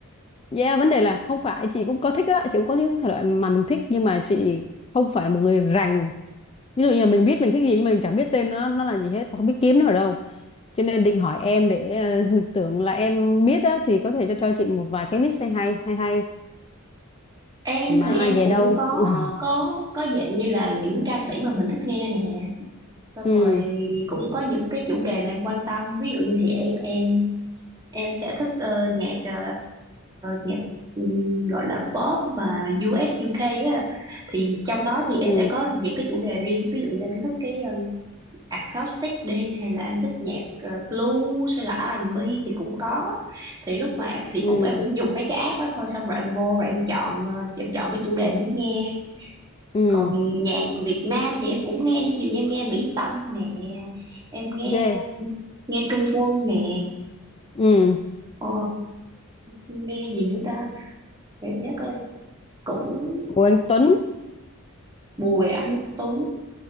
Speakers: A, on the left; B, on the right.
A: yeah, vấn đề là không phải chị cũng có thích á chị cũng có những thể loại mà mình thích nhưng mà chị không phải là một người rành ví dụ như là mình biết mình thích gì nhưng mà mình chẳng biết tên nó nó là gì hết và không biết kiếm nó ở đâu cho nên định hỏi em để ờ, <laughs> tưởng là em biết á thì có thể cho cho chị một vài cái list hay hay hay hay
B: em
A: mà
B: thì
A: ai
B: em
A: về
B: cũng
A: đâu
B: có
A: <laughs>
B: có có dạng như là những ca sĩ mà mình thích nghe nè xong
A: ừ
B: rồi cũng có những cái chủ đề mà em quan tâm ví dụ như thì em em em sẽ thích ờ, nhạc ờ, nhạc ừm, gọi là pop và US UK á thì trong đó thì em
A: ừ
B: sẽ có những cái chủ đề riêng ví dụ như em sẽ thích cái ờ, acoustic đi hay là em thích nhạc ờ, blues hay là R&B thì cũng có thì lúc mà thì
A: ừ
B: cũng em cũng dùng mấy cái app đó thôi xong rồi em vô rồi em chọn ờ, em chọn cái chủ đề em muốn nghe
A: ừ
B: còn nhạc Việt Nam thì em cũng nghe ví dụ như em nghe Mỹ Tâm nè em nghe
A: ghê
B: nghe Trung Quân nè
A: ừ
B: Ờ, nghe gì nữa ta để em nhớ coi cũng
A: của anh Tuấn
B: Bùi Anh Tuấn